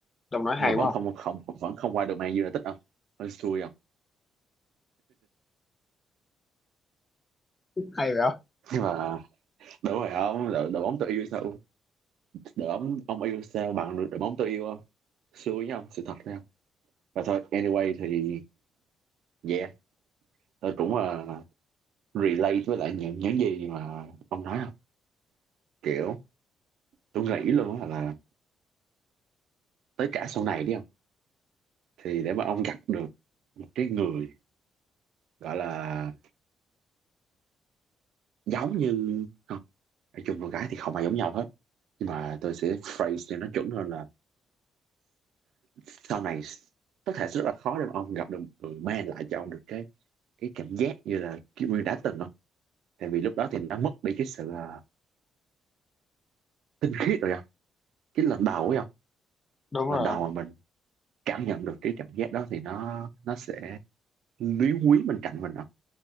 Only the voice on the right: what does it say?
nhưng
mà
vẫn không
không vẫn không qua được Man United không hơi xui không
<laughs> nhưng mà đúng rồi không đội, đội bóng tôi yêu sao đội bóng ông yêu sao bằng đội đội bóng tôi yêu không xui với ông sự thật đấy không và thôi anyway thì yeah tôi cũng uh, relate với lại những những gì mà ông nói không kiểu tôi nghĩ luôn á là tới cả sau này đi không thì để mà ông gặp được một cái người gọi là giống như không nói chung con gái thì không ai giống nhau hết nhưng mà tôi sẽ phrase cho nó chuẩn hơn là sau này có thể rất là khó để mà ông gặp được một người mang lại cho ông được cái cái cảm giác như là Kim Nguyên đã từng không tại vì lúc đó thì nó mất đi cái sự ờ, tinh khiết rồi không cái lần đầu ấy không
lần
đầu
mà mình cảm nhận được cái cảm giác đó thì nó nó sẽ lý quý bên cạnh mình không